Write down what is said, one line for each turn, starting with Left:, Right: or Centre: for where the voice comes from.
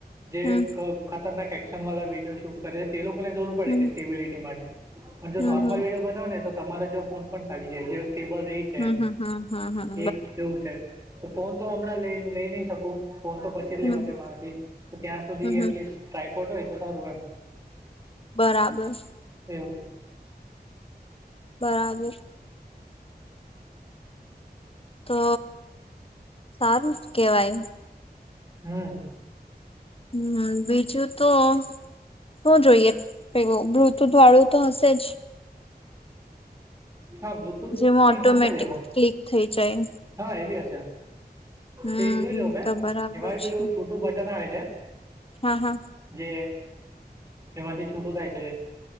Right: જે
Left: હમ
Right: ખતરનાક એક્શન વાળા વિડીયો શૂટ કરે છે તે લોકો જરૂર પડે
Left: હમ
Right: કે સ્ટેબિલિટી માટે પણ જો
Left: હમ
Right: નોર્મલ
Left: હમ
Right: વિડીયો બનાવો ને તો તમારે જો ફોન પણ ચાડી જાય સ્ટેબલ રહી છે
Left: હમ્મ-હમ્મ.
Right: એમ
Left: હા-હા.
Right: એક એવું છે તો ફોન તો હમણાં લઈ લઈ નહી શકું ફોન તો પછી જ
Left: હમ
Right: લેવાશે
Left: હમ
Right: મારાથી તો ત્યાં સુધી
Left: હમ હમ
Right: એટલીસ્ટ ટ્રાયકોર્ટ હોય તો સારું એમ
Left: બરાબર
Right: એવો
Left: બરાબર તો સારું જ કેવાય
Right: હા
Left: હમ્મ. બીજું તો શું જોઈએ પેલુ બ્લુટુથ વાળું તો હશે જ
Right: હા બ્લુટુથ
Left: જેમાં ઓટોમેટિક
Right: હશે જ એમાં
Left: ક્લિક થઈ જાય
Right: હા એવી હશે
Left: હમ
Right: તે જોઈ લઉં મેં
Left: તો બરાબર
Right: એમાં
Left: છે
Right: પેલું છોટું બટન આવે છે
Left: હા હા
Right: જે એમાંથી છૂટું થાય છે